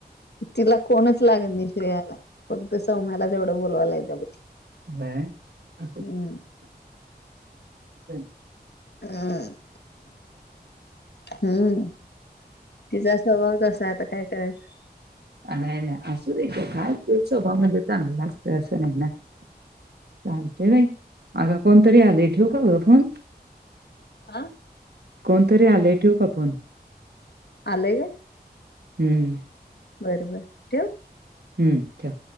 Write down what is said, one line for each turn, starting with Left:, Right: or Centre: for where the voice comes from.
Left: तिला कोणच लागत नाही श्रेयाला फक्त सौम्याला तेवढं बोलवायला येत बघ.
Right: अ भ आ
Left: हम्म
Right: <inaudible>
Left: हम हम्म तिचा स्वभाव तसा आता काय करायचं.
Right: नाही ना असू दे काय ते स्वभाव म्हणजे चांगलं असंत नाही ना चालतय बाई अंग कोणतरी आले ठेवू का ग फोन
Left: हा
Right: कोणतरी आले ठेवु का फोन
Left: आले हं.
Right: हम्म
Left: बर बर ठेवू?
Right: हम्म ठेव.